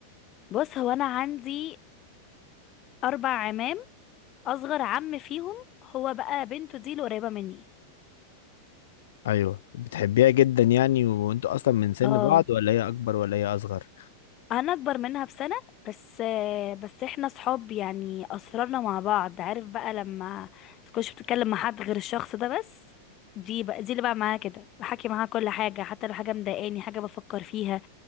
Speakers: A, on the left; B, on the left.
A: بص هو انا عندي اربع عمام اصغر عم فيهم هو بقى بنته دي اللي قريبه مني
B: ايوه بتحبيها جدا يعني وانتوا اصلا من سن
A: اه
B: بعض ولا هي اكبر ولا هي اصغر
A: انا اكبر منها بسنة بس بس احنا صحاب يعني اسرارنا مع بعض عارف بقى لما تكونش بتتكلم مع حد غير الشخص ده بس دي بقى دي اللي بقى معاها كده بحكي معاها كل حاجة حتى لو حاجة مضايقاني حاجة بفكر فيها